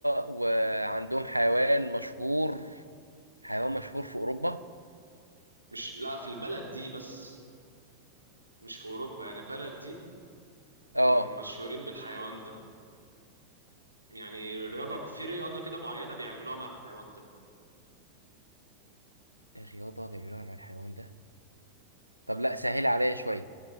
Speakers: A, on the left (about 85°); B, on the right (about 80°).
A: وعندهم حيوان مشهور حيوان مشهور في اوروبا
B: مش لا في البلد دي بس مش في أوروبا يعني البلد دي
A: اه
B: مم، مشهورين بالحيوان ده يعني رياضة في رياضة كده معينة بيعملوها مع الحيوان ده
A: إيه الرياضه بيعملوها مع الحيوان ده طب لا سهل عليا شويه